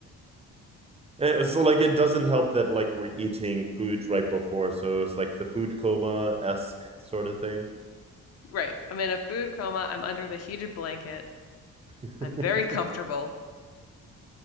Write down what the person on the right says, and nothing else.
<laughs> so like it doesn't help that like we're eating food right before, so it's like the food coma esque sort of thing.
<laughs>